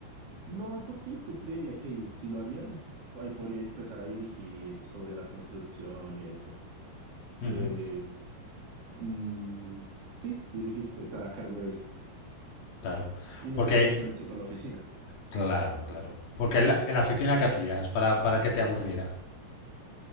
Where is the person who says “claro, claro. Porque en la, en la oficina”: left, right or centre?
Left